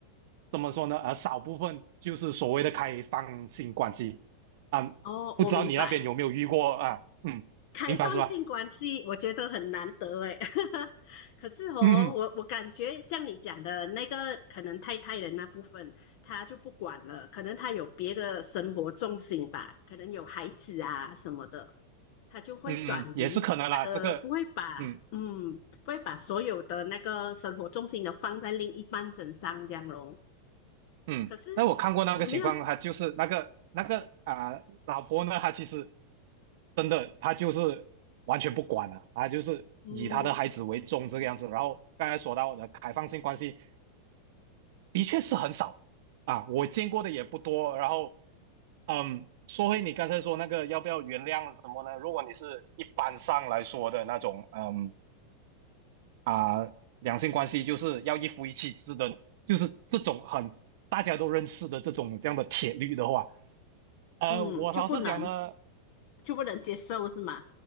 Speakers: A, on the right; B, on the left.
A: 怎么说呢？呃，少部分就是所谓的开放性关系，嗯，
B: 哦，
A: 不知道你那边有没有遇过啊？
B: 我明白。
A: 嗯，
B: 开放性关系，
A: 明白是吧？<laughs>
B: 我觉得很难得诶。<laughs> 可是哦，
A: 嗯嗯
B: 我我感觉像你讲的那个，可能太太的那部分，他就不管了，可能他有别的生活重心吧，可能有孩子啊什么的。他就会转移他的，
A: 嗯嗯，也是可能啦，这个，
B: 不会把嗯，
A: 嗯。
B: 不会把所有的那个生活重心都放在另一半身上这样咯。
A: 嗯，
B: 可是
A: 那我看过那个情况，
B: 你有没有
A: 他就是那个那个啊、老婆呢，她其实真的，她就是完全不管了，她就是以她的孩子为重这个样子。
B: 嗯
A: 然后刚才说到的开放性关系，的确是很少啊，我见过的也不多。然后，嗯，说回你刚才说那个要不要原谅什么呢？如果你是一般上来说的那种，嗯。啊、两性关系就是要一夫一妻制的，就是这种很大家都认识的这种这样的铁律的话，呃，
B: 嗯就不能
A: 我老实讲呢，
B: 就不能接受是吗？